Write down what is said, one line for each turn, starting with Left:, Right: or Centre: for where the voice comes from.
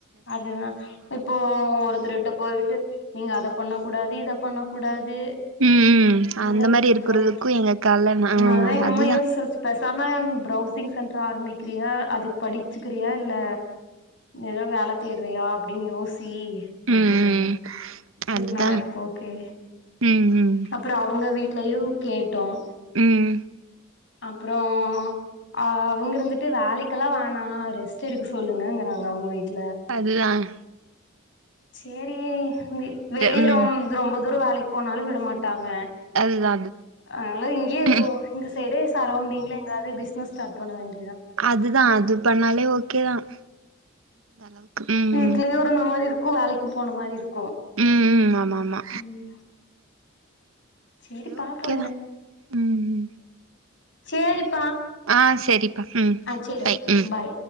Left: அதுதா இப்போ ஒருத்தர்கிட்ட போயிட்டு நீங்க அத பண்ண கூட அது இத பண்ண கூடாது
Right: ம் ம்
Left: இங்க
Right: அந்த
Left: ரூல்ஸ்
Right: மாரி இருக்கிறதுக்கு
Left: போடுவாங்க
Right: எங்க கால்ல நா
Left: அதனால தா எங்க அம்மா
Right: அதுதா
Left: யோசிச்சு பேசாம பிரவுசிங் சென்டர் ஆரம்பிச்சு கத்துக்கிறியா அதுக்கு படிச்சுக்கிறியா இல்ல ஏதோ வேலைக்கு தேடுறியா அப்படினு யோசிச்சு அப்படினாங்க
Right: ம் ம் அதுதா
Left: எதுனாலும் ஓகே
Right: ம் ம்
Left: அப்புறம் அவங்க வீட்டு லயையும் கேட்டோம்
Right: உம்
Left: அப்புறம் அஹ் அவங்க இருந்துட்டு வேலைக்கெல்லாம் வேணாம் ரெஸ்ட் எடுக்கு சொல்லுங்கறாங்க அவங்க வீட்டுல
Right: அதுதான்
Left: சரி வி வெளியே
Right: ம்
Left: ரொ ரொம்ப தூர வேலைக்கு போனாலும் விடமாட்டாங்க
Right: அதுதா
Left: அதனால இங்கயே
Right: அதுதா
Left: இந்த சைடே சரௌண்டிங் இல்லங்க பிஸ்னஸ் ஸார்ட் பண்ண வேண்ட
Right: அதுதான் அது பண்ணாலே ஓகே தான் அளவுக்கு ம்
Left: வீட்டலே ஒரு நம் அது இருக்கு வேலைக்கு போன மாரி இருக்கு
Right: உம் உம் ஆமா ஆமா
Left: ம் சேரி பாப்போ
Right: ஓக்கேதான் உம்
Left: சரி
Right: ஆஹ் சரிப்பா உம்
Left: சேரி
Right: பை
Left: ஓகே
Right: உம்
Left: பாய்